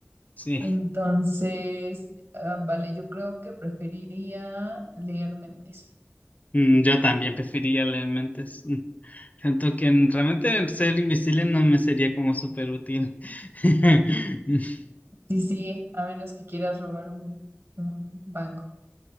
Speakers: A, on the left; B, on the right.
A: Sí,
B: Entonces, ah, vale, yo creo que preferiría leer mentes.
A: mm, yo también preferiría leer mentes. Mm, Siento que mm, realmente el ser invisible no me sería como súper útil. <laughs>
B: Sí, sí, a menos que quieras robar un, un banco.